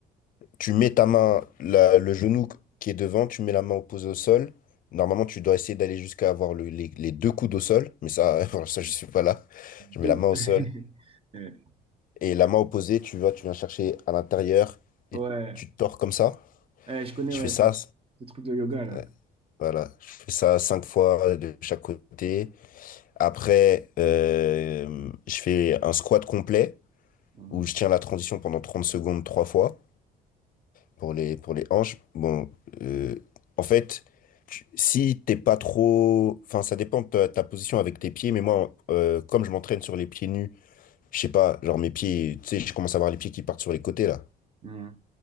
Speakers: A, on the left (about 55°); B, on the right (about 35°).
A: tu mets ta main, la- le genou qui est devant, tu mets la main opposée au sol. Normalement, tu dois essayer d'aller jusqu'à avoir le- les, les deux coudes au sol, mais ça, <laughs> pour ça, je suis pas là.
B: De-
A: Je mets la main au
B: <laughs>
A: sol,
B: Ouais.
A: et la main opposée, tu vois, tu viens chercher à l'intérieur,
B: Ouais.
A: et tu te tords comme ça.
B: Eh, je connais,
A: Je
B: ouais,
A: fais ça,
B: ce ce truc de yoga, là.
A: euh, voilà, je fais ça cinq fois de chaque côté. Après, euh, je fais un squat complet,
B: Mhm.
A: où je tiens la transition pendant 30 secondes trois fois. Pour les, pour les hanches, bon, euh, en fait, tu- si t'es pas trop. Enfin, ça dépend de ta, ta position avec tes pieds, mais moi, euh, comme je m'entraîne sur les pieds nus, je sais pas, genre mes pieds, tu sais, je commence à avoir les pieds qui partent sur les côtés là.
B: Mhm.